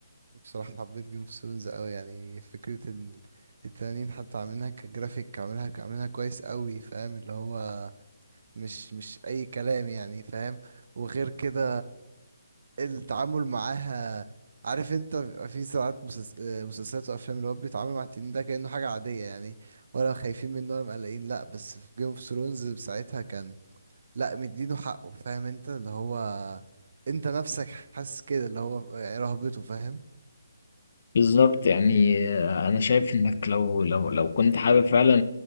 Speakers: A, on the right; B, on the left.
A: بصراحة حبيت جيم اوف ثرونز قوي يعني فكرة ان التنانين حتى عاملينها كجرافيك عاملينها عاملينها كويس قوي فاهم اللي هو مش مش اي كلام يعني فاهم وغير كده التعامل معاها عارف انت بيبقى في ساعات مسلس- آه، مسلسلات وافلام اللي هو بيتعاملوا مع التنين ده كأنه حاجة عادية يعني ولا خايفين منه ولا مقلقين لا بس في جيم اوف ثرونز ساعتها كان لا مدينه حقه فاهم انت اللي هو انت نفسك حاسس كده اللي هو آه، رهبته فاهم
B: بالظبط يعني آه، انا شايف انك لو لو لو كنت حابب فعلا